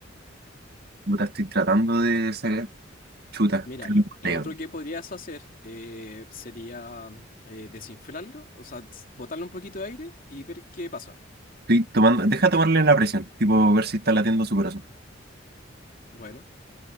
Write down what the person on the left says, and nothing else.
Mira,
lo,
lo otro que podrías hacer eh, sería eh, desinflarlo, o sea, s- botarle un poquito de aire y ver qué pasa.
Bueno,